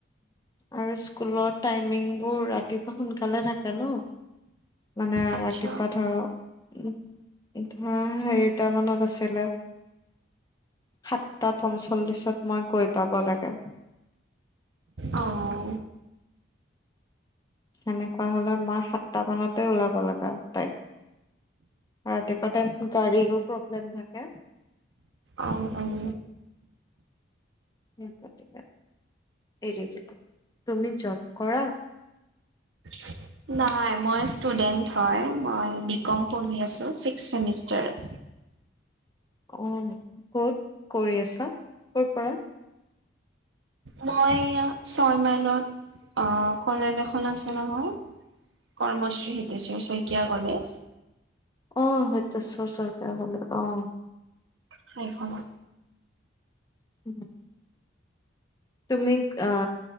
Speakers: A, on the left; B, on the right.
A: আৰু স্কুলৰ টাইমিংবোৰ ৰাতিপুৱা সোনকালে থাকে ন মানে
B: আচ্ছা
A: ৰাতিপুৱা ধৰক উম ধৰা হেৰি <unintelligible> টা মানত আছিলে সাতটা পঞ্চল্লিছত মই গৈ পাব লাগে
B: অহ
A: সেনেকুৱা হ'লে মই সাতটা মানতে ওলাব লগা তাইম। ৰাতিপুৱাতে গাড়ীৰো প্ৰব্লেম থাকে।
B: অহ অহ
A: সেয়ে গতিকে এৰি দিলো, তুমি জব কৰা?
B: <inaudible> নাই মই ষ্টুডেণ্ট হয়, মই বি কম পঢ়ি আছো ছিক্স চেমিষ্টাৰ। <inaudible>
A: অ ক'ত কৰি আছা, ক'ৰ পৰা?
B: মই এইয়া ছয় মাইলত আ কলেজ এখন আছে নহয় কৰ্মশ্ৰী হিতেশ্বৰ শইকীয়া কলেজ।
A: অ হিতেশ্বৰ শইকীয়া কলেজ, অ
B: সেইখনত।
A: হম তুমি আ